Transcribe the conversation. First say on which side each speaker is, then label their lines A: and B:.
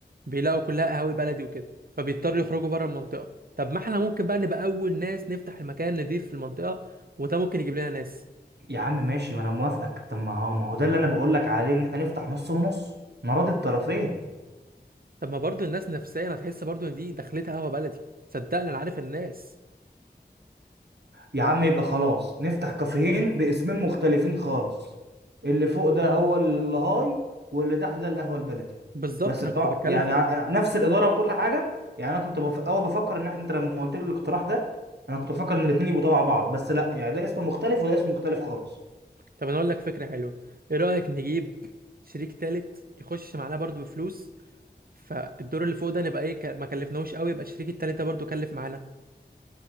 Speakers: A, on the right (about 60°); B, on the right (about 75°).
A: بيلاقوا كلها قهاوي بلدي وكده فبيضطروا يخرجوا بره المنطقه طب ما احنا ممكن بقى نبقى اول ناس نفتح المكان نضيف في المنطقه وده ممكن يجيب لنا ناس
B: يا عم ماشي ما انا موافقك طب ما هو ما هو ده اللي انا بقول لك عليه ان احنا نفتح نص ونص نراضي الطرفين
A: طب ما برضو الناس نفسيا هتحس برضو ان دي دخلتها قهوه بلدي صدقني انا عارف الناس
B: يا عم يبقى خلاص نفتح كافيهين باسمين مختلفين خالص اللي فوق ده هو الهاي واللي تحت ده القهوة البلدي
A: بالظبط
B: بس
A: انا
B: طبعا
A: كنت بتكلم
B: يعني
A: في
B: ع-
A: كده
B: نفس الإدارة وكل حاجة يعني أنا كنت بف... أول بفكر إن إحنا- أنت لما قلت لي الاقتراح ده أنا كنت بفكر إن الاتنين يبقوا تبع بعض بس لا يعني ده اسم مختلف وده اسم مختلف خالص
A: طب انا اقول لك فكره حلوه ايه رايك نجيب شريك تالت يخش معانا برضو بفلوس فالدور اللي فوق ده نبقى ايه ك- ما كلفناهوش قوي يبقى الشريك التالت ده برضو كلف معانا